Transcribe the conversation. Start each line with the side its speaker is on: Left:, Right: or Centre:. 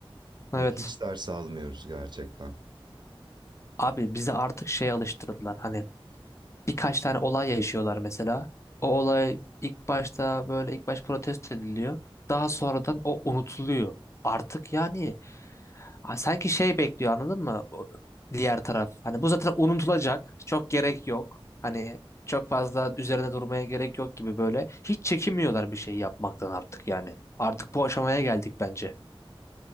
Right: Hani
Left: Evet.
Right: hiç ders almıyoruz gerçekten.
Left: Abi bize artık şey alıştırdılar. Hani birkaç tane olay yaşıyorlar mesela. O olay ilk başta böyle ilk baş protesto ediliyor. Daha sonradan o unutuluyor. Artık yani Ha, Sanki şey bekliyor anladın mı? Bu- Diğer taraf. Hani bu zaten unutulacak. Çok gerek yok. Hani çok fazla üzerine durmaya gerek yok gibi böyle. Hiç çekinmiyorlar bir şey yapmaktan artık yani. Artık bu aşamaya geldik bence.